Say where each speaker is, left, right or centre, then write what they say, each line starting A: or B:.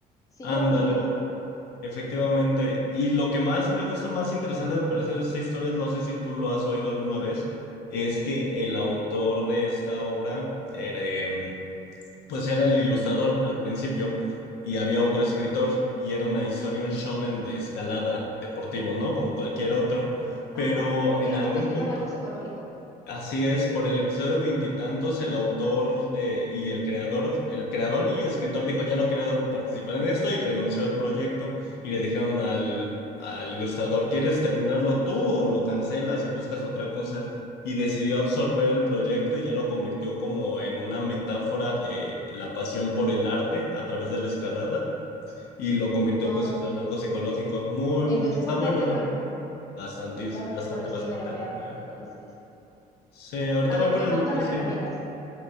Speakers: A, on the left (about 20°); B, on the left (about 75°).
A: así
B: ándale.
A: como puyúo.
B: Efectivamente. Y lo que más me gusta, más interesante me parece de esta historia, no sé si tú lo has oído alguna vez, es que el autor de esta obra era, em, pues era el ilustrador al principio y había otro escritor y era una historia, un shonen de escalada deportivo, ¿no? Como cualquier otro.
A: Ajá.
B: Pero
A: Y
B: en
A: lo
B: algún
A: convirtieron
B: punto,
A: en algo psicológico.
B: Así es, por el episodio veintitantos, el autor de, y el creador, el creador y escritor dijo, ya no quiero participar en esto y renunció al proyecto. Y le dijeron al, al ilustrador, ¿quieres terminarlo tú o lo cancelas y buscas otra cosa? Y decidió absorber el proyecto y ya lo convirtió como en una metáfora de la pasión por el arte a través de la escalada y lo convirtió
A: No,
B: pues
A: sí,
B: eso en algo
A: sí.
B: psicológico. Muy,
A: Entonces
B: está
A: bastante
B: muy bueno.
A: bueno.
B: Bastante,
A: Entonces bastante
B: bastante,
A: bueno, sí
B: bastante.
A: me lo voy a ver
B: Eh,
A: entonces.
B: sí, ahorita
A: A
B: voy
A: ver,
B: por
A: ¿qué
B: el
A: manga
B: número
A: me
B: cien
A: recomiendas?